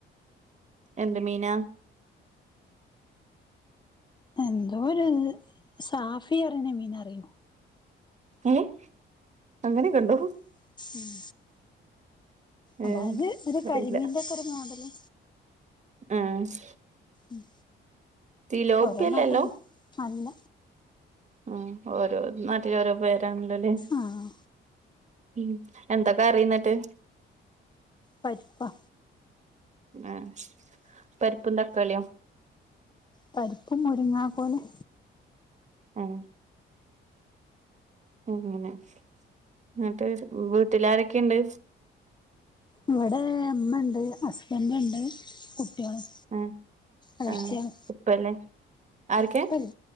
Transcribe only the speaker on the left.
എന്തോ ഒരിത് സാഫിയറിനെ മീനെറിയോ
ഉം
അതായത് ഒരു
കരിമീന്റെ ഒക്കെരു മോഡല്
ഉം
ഓരോ നാട്ട്ന്ന് അല്ല
ആഹ്
പരിപ്പാ
പരിപ്പും മുരിങ്ങാ കോലും
ഇവടെ ഇമ്മണ്ട് ഹസ്ബന്റ്ണ്ട് കുട്ട്യേളും
എളച്ചിയാണ്
ഇപ്പല്ല